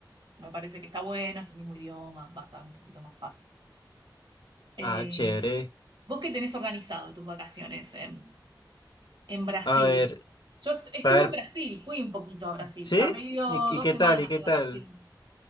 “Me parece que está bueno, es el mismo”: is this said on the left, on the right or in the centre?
Right